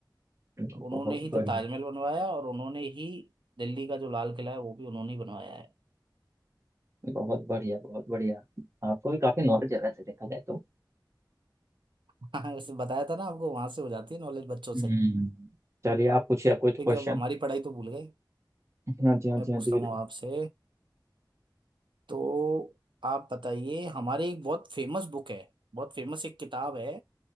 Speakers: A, on the right (about 35°); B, on the right (about 85°).
A: जी,
B: तो उन्होंने
A: बहुत
B: ही
A: बढ़िया
B: तो ताजमहल बनवाया और उन्होंने ही दिल्ली का जो लाल किला है वो भी उन्होंने ही बनवाया है
A: बहुत बढ़िया बहुत बढ़िया आपको भी काफ़ी नॉलेज है वैसे देखा जाए तो
B: <laughs> हाँ वैसे बताया था ना आपको वहां से हो जाती है नॉलेज बच्चों
A: हम्म
B: से
A: चलिए आप पूछिए आप कुछ
B: फिर
A: क्वेश्चन
B: जब हमारी पढ़ाई तो भूल गए
A: हाँ जी हाँ जी
B: मैं पूछता
A: हाँ जी बिल्कुल
B: हूँ आपसे तो आप बताइए हमारी एक बहुत फेमस बुक है बहुत फेमस एक किताब है